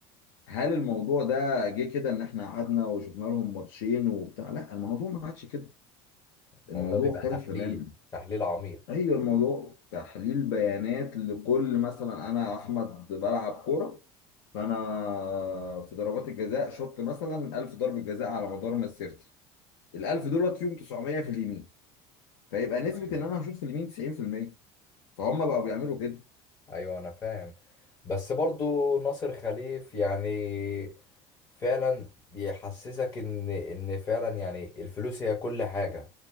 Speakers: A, on the left (about 80°); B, on the left (about 25°).
A: هل الموضوع ده جه كده ان احنا قعدنا وشفنا لهم ماتشين وبتاع لا الموضوع ما عادش كده
B: الموضوع
A: الموضوع
B: بيبقى
A: اختلف
B: تحليل
A: تماما
B: تحليل عميق
A: ايوه الموضوع تحليل بيانات لكل مثلا انا احمد بلعب كوره فانا في ضربات الجزاء شوط مثلا 1000 ضربه جزاء على مدار مسيرتي ال1000 دولت فيهم 900 في اليمين فيبقى نسبه
B: ايوه
A: ان انا هشوط في اليمين 90% فهم بقوا بيعملوا كده
B: ايوه انا فاهم بس برضه ناصر خليف يعني فعلا بيحسسك ان ان فعلا يعني الفلوس هي كل حاجة